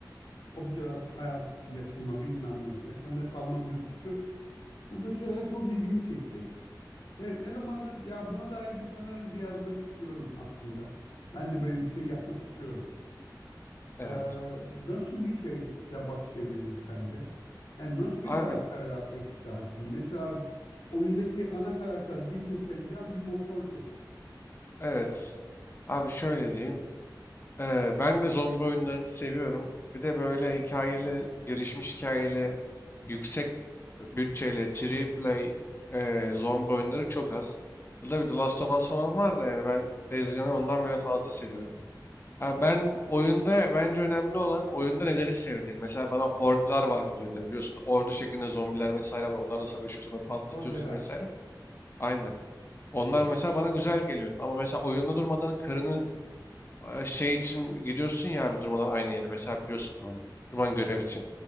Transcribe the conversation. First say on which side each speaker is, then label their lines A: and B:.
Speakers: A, on the left; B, on the left.
A: objeler, hayat, yaşama bilmem ne, yaşamda kalma dürtüsü bu tür şeyler çok ilgimi çekti. Ve ne zamandır ya buna dair bir senaryo diye yazmak istiyorum aslında. Ben de böyle bir şey yapmak istiyorum.
B: evet.
A: Ee, nasıl bir şeyle başlayabiliriz sence? Yani nasıl bir
B: Abi,
A: karakter yaratmak istersin? Mesela oyundaki ana karakter Deacon St. John bir motorcu.
B: evet. Abi şöyle diyeyim. Ee, ben de zombi oyunlarını seviyorum. Bir de böyle hikayeli, gelişmiş hikayeli, yüksek bütçeli, triple play e, zombi oyunları çok az. Tabii The Last of Us falan var da yani ben Days Gone'ı ondan bile fazla seviyorum. Ya ben oyunda bence önemli olan oyunda neleri sevdiğin. Mesela bana hordlar vardı oyunda biliyorsun. Ordu şeklinde zombiler vesaire var. Onlarla savaşıyorsun ve patlatıyorsun
A: Kordeler.
B: vesaire. Aynen. Onlar
A: Evet.
B: mesela bana güzel geliyordu. Ama mesela oyunda durmadan karının e, şey için gidiyorsun ya abi durmadan aynı yere. Mesela biliyorsun onu. Durman görev için.